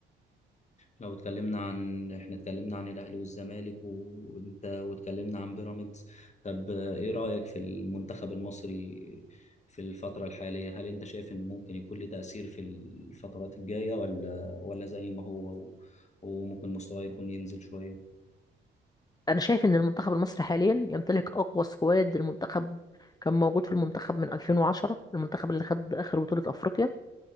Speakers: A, on the left (about 35°); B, on the left (about 20°).
A: لو اتكلمنا عن احنا اتكلمنا عن الاهلي والزمالك و- وانت واتكلمنا عن بيراميدز طب آه، ايه رأيك في المنتخب المصري في الفترة الحالية هل انت شايف ان ممكن يكون له تأثير في الفترات الجاية ولا ولا زي ما هو و- وممكن مستواه يكون ينزل شوية
B: انا شايف ان المنتخب المصري حاليا يمتلك اقوى سكواد المنتخب كان موجود في المنتخب من 2010 المنتخب اللي خد اخر بطولة افريقيا